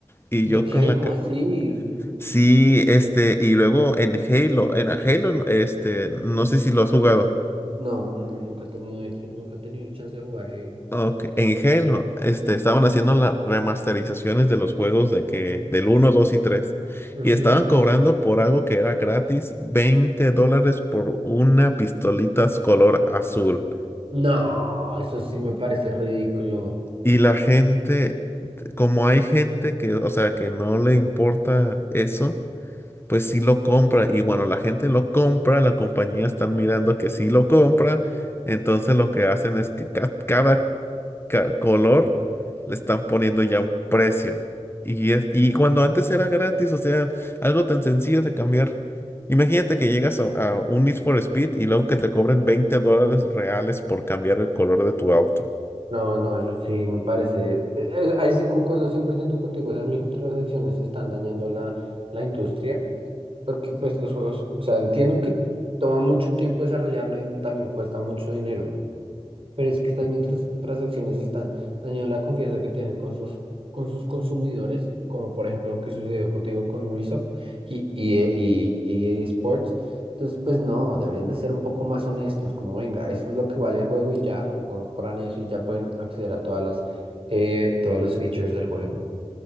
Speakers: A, on the left (about 20°); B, on the right (about 55°).
A: y
B: ¿De
A: yo
B: qué?
A: con la
B: ¿Cómo
A: que
B: así?
A: sí, este, y luego en Halo, en Halo, este, no sé si lo has jugado.
B: No, no, no, nunca he tenido Xbox, nunca he tenido el chance de jugar Halo.
A: Ok, En Halo, este, estaban haciendo las remasterizaciones de los juegos de que, del uno, 2 y tres,
B: Ujú.
A: Y estaban cobrando por algo que era gratis, 20 dólares por una pistolita color azul.
B: No, eso sí me parece ridículo.
A: Y la gente, como hay gente que, o sea, que no le importa eso, pues sí lo compra. Y bueno, la gente lo compra, la compañía están mirando que sí lo compra. Entonces lo que hacen es que ca- cada ca- color le están poniendo ya un precio. Y, es, y cuando antes era gratis, o sea, algo tan sencillo de cambiar. Imagínate que llegas a, a un Need for Speed y luego que te cobren 20 dólares reales por cambiar el color de tu auto.
B: No, no, eso sí me parece. eh, eh, Ahí sí concuerdo 100% contigo. Esas microtransacciones están dañando la, la industria. Porque pues los juegos, o sea, entiendo que toma mucho tiempo desarrollarlo y también cuesta mucho dinero, pero es que estas micros transacciones están dañando la confianza que tienen con sus, con sus consumidores, como por ejemplo lo que sucedió contigo con Ubisoft y, y, y, y EA Sports. Entonces, pues no, deberían de ser un poco más honestos, como venga, esto es lo que vale el juego y ya, compran eso y ya pueden acceder a todas las, eh, todos los features del juego.